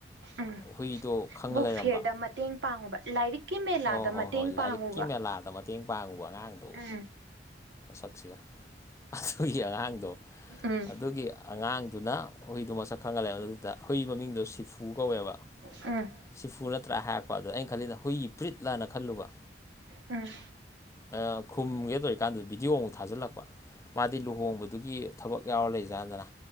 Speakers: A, on the right; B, on the left.
A: ꯎꯝ
B: ꯍꯨꯏꯗꯣ ꯈꯪꯉ
A: ꯕꯨꯛ
B: ꯂꯩꯔꯝꯕ
A: ꯐꯤꯌꯔꯗ ꯃꯇꯦꯡ ꯄꯥꯡꯉꯨꯕ ꯂꯥꯏꯔꯤꯛꯀꯤ ꯃꯦꯂꯥꯗ
B: ꯍꯣꯏ ꯍꯣꯏ
A: ꯃꯇꯦꯡ
B: ꯍꯣꯏ ꯂꯥꯏꯔꯤꯛꯀꯤ
A: ꯄꯥꯡꯉꯨꯕ
B: ꯃꯦꯂꯥꯗ ꯃꯇꯦꯡ ꯄꯥꯡꯉꯨꯕ ꯑꯉꯥꯡꯅꯤ꯫
A: ꯎꯝ꯫
B: ꯃꯁꯛꯁꯤꯒ ꯑꯗꯨꯒꯤ ꯑꯉꯥꯡꯗꯣ
A: ꯎꯝ
B: ꯑꯗꯨꯒꯤ ꯑꯉꯥꯡꯗꯨꯅ ꯍꯨꯏꯗꯣ ꯃꯁꯛ ꯈꯪꯉ ꯂꯩꯔꯝꯕꯗꯨꯗ ꯍꯨꯏ ꯃꯃꯤꯡꯗꯣ ꯁꯤꯐꯨ ꯀꯧꯋꯦꯕ꯫
A: ꯎꯝ꯫
B: ꯁꯤꯐꯨ ꯅꯠꯇ꯭ꯔꯥ ꯍꯥꯏꯔꯛꯄ ꯑꯗꯣ ꯑꯩꯅ ꯈꯜꯂꯤꯅ ꯍꯨꯏ ꯄ꯭ꯔꯤꯠꯂꯥꯅ ꯈꯜꯂꯨꯕ꯫
A: ꯎꯝ꯫
B: ꯑꯗ ꯈꯨꯝꯒꯦꯗꯧꯔꯤꯀꯥꯟꯗ ꯚꯗꯤꯑꯣꯃꯨꯛ ꯊꯥꯖꯤꯜꯂꯛꯄ꯫ ꯃꯥꯗꯤ ꯂꯨꯍꯣꯡꯕꯗꯨꯒꯤ ꯊꯕꯛ ꯌꯥꯎꯔ ꯂꯩꯖꯥꯠꯗꯅ꯫